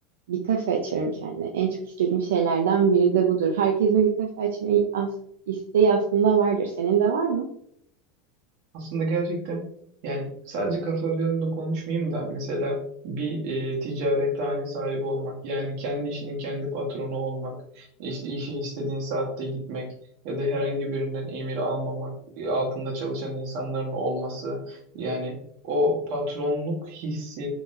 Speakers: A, on the right; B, on the right.
A: bir kafe açarım kendime. En çok istediğim şeylerden biri de budur. Herkesin bir kafe açma i- as- isteği aslında vardır. Senin de var mı?
B: Aslında gerçekten yani sadece kafe üzerinde konuşmayayım da mesela bir e, ticarethane sahibi olmak yani kendi işinin kendi patronu olmak işte işe istediğin saatte gitmek ya da herhangi birinden emir almamak e, altında çalışan insanların olması yani o patronluk hissi